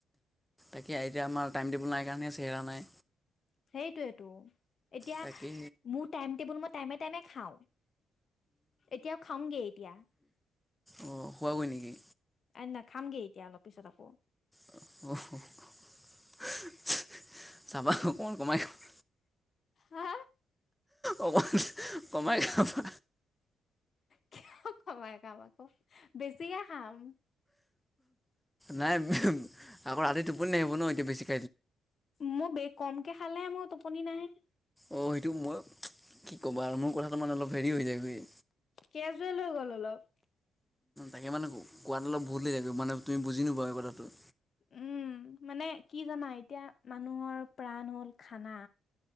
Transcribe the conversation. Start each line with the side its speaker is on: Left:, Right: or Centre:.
Centre: এতিয়া এতিয়া আমাৰ, টাইম টেবুল নাই কাৰনে, চেহেৰা নাই।
Left: সেইটোৱেতো, এতিয়া
Centre: তাকে
Left: মোৰ টাইম টেবুল, মই টাইমে, টাইমে, খাওঁ। এতিয়াও খাওঁগে এতিয়া।
Centre: অঁ খোৱাগৈ নেকি
Left: এ নাখামগে এতিয়া অলপ পিছত আকৌ।
Centre: <unintelligible> চাবা, অকমান কমাই খাবা।
Left: হা
Centre: অকমান কমাই খাবা।
Left: কিয়, কমাই কাম আকৌ, বেছিহে খাম।
Centre: নাই। আকৌ, ৰাতি টোপনি নাহিব ন' এতিয়া বেছিক
Left: মোৰ বে কমকে খালেহে মোৰ টোপনি নাহে।
Centre: অ'! সেইটো মই কি ক'বা, মোৰ কথাটো তাৰ মানে, অলপ হেৰি হৈ যায়গৈ।
Left: কেজুৱেল হৈ গ'ল অলপ।
Centre: তাকে মানে, কোৱাত অলপ ভুল হৈ যাইগৈ, মানে, তুমি বুজি নোপোৱা এই কথাটো।
Left: উম! মানে, কি জানা এতিয়া মানুহৰ প্ৰাণ হ'ল খানা।